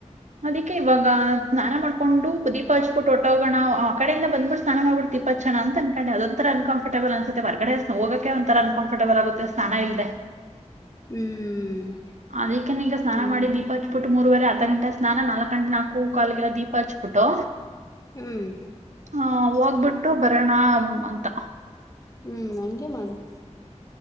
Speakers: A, on the right; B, on the left.
A: ಅದಕ್ಕೆ ಇವಾಗ ಸ್ನಾನ ಮಾಡ್ಕೊಂಡು ದೀಪ ಹಚ್ಬಿಟ್ಟ ಓಟ ಹೋಗೋಣ ಆ ಕಡೆಯಿಂದ ಬಂದ್ಬಿು ಸ್ನಾನ ಮಾಡ್ಬಿ ದಪ ಹಚ್ಣ ಅನ್ಕೊಂಡೆ ಅದ ಒಂರ ಅನ್ಕಂಫರ್ಟೆಲ್ ಅನ್ಸೆ ಹೊರ್ಗಡೆ ಹೋಗೋಕ ಒಂಥರ ಅನ್ಕಂಫರ್ಟಬಲ್ ಆಗುತ್ತೆ ಸ್ನಾನ ಇಲ್ಲದೆ
B: ಹ್ಮ್
A: ಅದಕ್ಕನ್ ಈಗ ಸ್ನಾನ
B: ಅದೇ
A: ಮಾಡಿ
B: ಅದೇ
A: ದೀಪ ಹಚಿಬಿಟ್ಟು ಮೂರವರೆ ಅತ್ತು ಗಂಟ ಸ್ನಾನ ನಾಲಕ್ ಗಂಟೆ ಹೂ ಕಾಲಗೆಲ್ಲ ದೀಪ ಹಚ್ಬಿಟ್ಟು
B: ಹ್ಮ್
A: ಹ ಹೋಗ್ಬಿಟ್ಟು ಬರೋಣ ಅಂತ
B: ಹ್ಮ್ ಹಂಗೆ ಮಾಡುದು